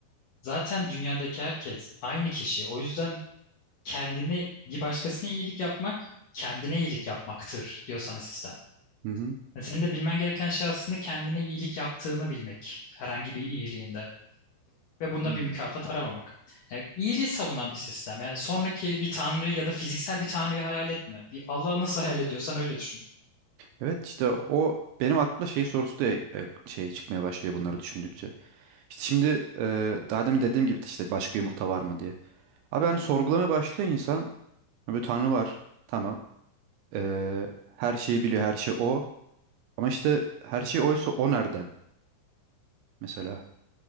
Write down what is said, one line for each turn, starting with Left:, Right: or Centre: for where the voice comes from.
Left: zaten dünyadaki herkes aynı kişi. O yüzden kendine bir başkasına iyilik yapmak kendine iyilik yapmaktır diyor sana sistem.
Right: Hı hı.
Left: Yani senin de bilmen gereken şey aslında kendine iyilik yaptığını bilmek herhangi bir iyiliğinde. Ve bunda
Right: Hmm.
Left: bir mükafat aramamak. Yani iyiliği savunan bir sistem. Yani sonraki bir tanrıyı ya da fiziksel bir tanrıyı hayal etme. Bir Allah'ı nasıl hayal ediyorsan öyle düşün.
Right: Evet işte o benim aklıma şey sorusu da e, şey çıkmaya başlıyor bunları düşündükçe. İşte şimdi e, daha demin dediğim gibi işte başka yumurta var mı diye. Abi hani sorgulamaya başlıyor insan. Böyle Tanrı var. Tamam. E, her şeyi biliyor. Her şey o. Ama işte her şey oysa o nereden mesela.